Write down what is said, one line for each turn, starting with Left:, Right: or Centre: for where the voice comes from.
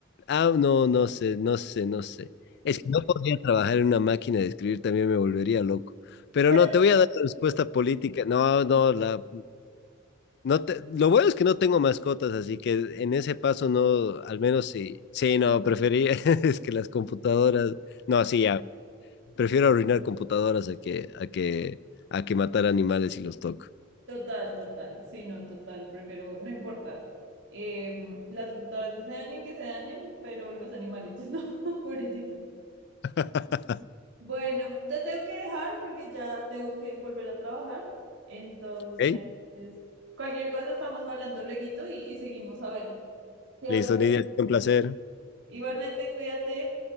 Left: Ah, no, no sé, no sé, no sé. Es que no podría trabajar en una máquina de escribir, también me volvería loco. Pero
Right: Pero
Left: no, te voy a dar la respuesta política. No, no, la, no te, lo bueno es que no tengo mascotas, así que en ese paso no, al menos sí, sí, no, prefería, <laughs> es que las computadoras, no, sí, ya, prefiero arruinar computadoras a que, a que, a que matar animales si los toco.
Right: Total, total, sí, no, total, prefiero, no importa. Eh, las computadoras que se dañen, que se dañen, pero los animalitos <laughs> no, pobrecitos.
Left: <laughs>
Right: Bueno, te tengo que dejar porque ya tengo que volver a trabajar. Entonces,
Left: ¿Ok?
Right: cualquier cosa estamos hablando lueguito y, y seguimos a ver qué
Left: Listo,
Right: otra.
Left: Nidia, un placer.
Right: Igualmente, cuídate.